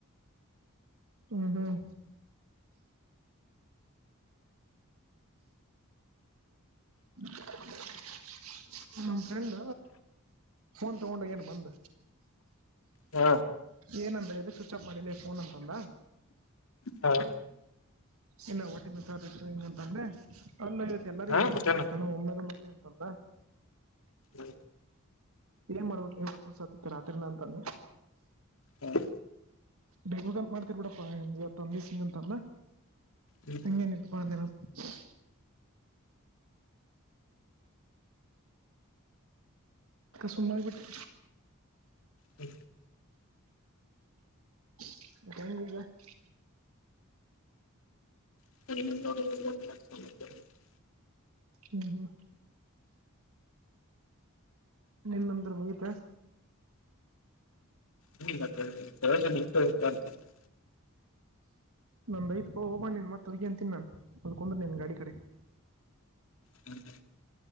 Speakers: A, on the right; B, on the left.
A: ಹ್ಮ್ ಹ್ಮ್ <inaudible> ನಮ್ಮ್ ಫ್ರೆಂಡ ಫೋನ್ ತಗೊಂಡ ಏನ್ ಬಂದ
B: ಹ್ಮ
A: ಏನಂದ ಎದೆ ಸ್ವಿಚ್ ಅಪ್ ಮಾಡಿಲ್ಲ ಫೋನ್ ಅಂತಂದ
B: ಹೌ
A: ಇಲ್ಲ ಒಟ್ಟಿನ ಸತ್ತು ಹಂಗ ಅಂತಂದ್ರೆ ಅ ಇ ಎಲ್ಲರಿ
B: ಹಾ
A: ಒಟ್ಟಿನ
B: ಮತ್ತೇನು
A: ಸಾನ ಒಮ್ಮೆದ ಮಕ್ಳಿ ಅಂತಂದ್ರ
B: ಹ್ಮ
A: ಏನ್ ಮಾಡ ಒ ಸಾತ ರಾತ್ರಿನ ಅಂತಾನೆ
B: ಹಾಂ
A: ಬೆಗ ಮಾಡ್ತರ್ ಬಿಡಪ್ಪಾವ ತಂದಿ ಸಿಂಗ ಅಂತಲ್ಲ
B: ಹ್ಮ್
A: ಅನ ಬಂದರ <unintelligible> ಸುಮ್ಮ ಬಿಟ್ಟೆ
B: ಹೌ
A: ಗ <inaudible>
B: <inaudible>
A: ಹ್ಮ್ ಹ್ಮ್ ನಿನ್ನಂದ್ರ ಮುಗಿತ
B: ಹ್ಮ ಮತ್ತೆತೋಗ ಅಂತ <inaudible> <unintelligible>
A: ನನ್ ಐತ್ಪಾ ಹೋಗಬ ನಿನ್ತ್ತ್ತ ಹಗಿ ಅಂತೀನ್ ಅದಕಂದ್ನಿನ್ ಗಾಡಿ ಕಡೆ <unintelligible>
B: ಹ್ಮ್